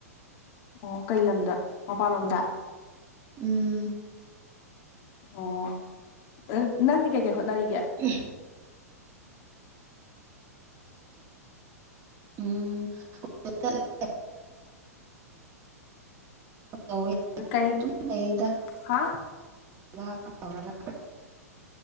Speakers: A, on the left; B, on the right.
A: ꯑꯣ ꯀꯩ ꯂꯝꯗ ꯃꯄꯥꯜꯂꯣꯝꯗ
B: ꯎꯝ
A: ꯑꯣ ꯑꯥ ꯅꯪꯗꯤ ꯀꯩꯀꯩ ꯍꯣꯠꯅꯔꯤꯒꯦ
B: ꯎꯝ <unintelligible> ꯎꯝ ꯆꯠꯂꯒ ꯇꯧꯋꯦ
A: ꯀꯩ
B: ꯑꯗꯨꯝ ꯂꯩꯗ
A: ꯍꯥꯥ
B: ꯊꯕꯛ ꯇꯧꯔꯒ